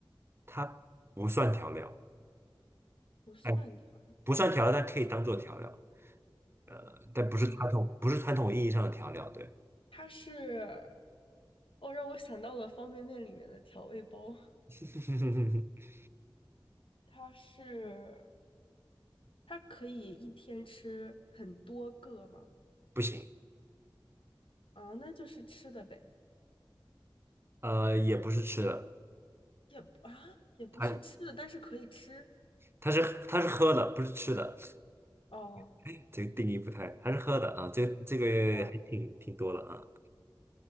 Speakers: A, on the right (about 25°); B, on the left (about 75°).
A: 它不算调料，
B: 不算调料。
A: 哎，不算调料，但可以当做调料。呃，但不是传统，
B: 呃
A: 不是传统意义上的调料，对，
B: 它是，哦，让我想到了方便面里面的调味包。
A: <laughs>
B: 它是，它可以一天吃很多个吗？
A: 不行，
B: 啊，那就是吃的呗，
A: 呃，也不是吃的，
B: 也不啊，也不是吃的，
A: 它
B: 但是可以吃。
A: 它是它是喝的，不是吃的，
B: 哦。
A: <laughs> 这个定义不太，它是喝的啊，这个这个还挺挺多的啊。
B: 啊。